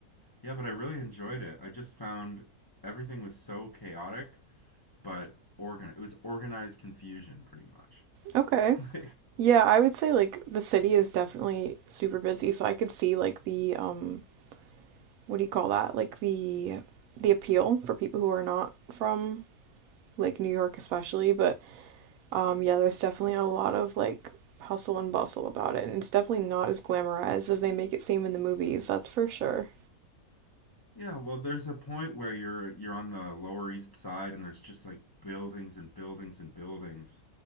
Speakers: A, on the left; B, on the right.
A: yeah, but I really enjoyed it. I just found everything was so chaotic, but organ it was organized confusion pretty much.
B: Okay.
A: <laughs>
B: Yeah, I would say like the city is definitely super busy, so I could see like the um what do you call that? Like the the appeal for people who are not from like New York especially, but um yeah, there's definitely a lot of like hustle and bustle about it and it's definitely not as glamorized as they make it seem in the movies. That's for sure.
A: Yeah, well, there's a point where you're you're on the Lower East Side and there's just like buildings and buildings and buildings.